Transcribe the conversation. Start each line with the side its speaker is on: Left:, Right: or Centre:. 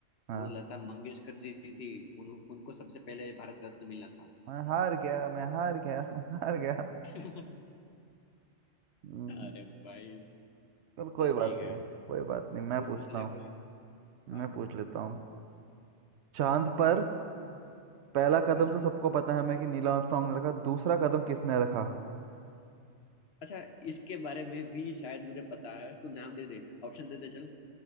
Right: हाँ
Left: वो लता मंगेशकर जी थी उन, उनको सबसे पहले भारत रत्न मिला था
Right: मैं हार गया मैं हार गया <laughs> मैं हार गया
Left: <laughs>
Right: हम्म,
Left: अरे भाई
Right: चल कोई
Left: चल ठीक
Right: बात
Left: है
Right: नहीं कोई बात नहीं मैं
Left: तू
Right: पूछता
Left: पूछ ले
Right: हूँ
Left: कोई
Right: मैं
Left: हाँ
Right: पूछ लेता हूँ चांद पर पहला कदम
Left: अच्छा
Right: तो सबको पता है हमें कि नील आर्मस्ट्रांग ने रखा दूसरा कदम किसने रखा
Left: अच्छा इसके बारे में भी शायद मुझे पता है तू नाम दे दे ऑप्शन दे दे चल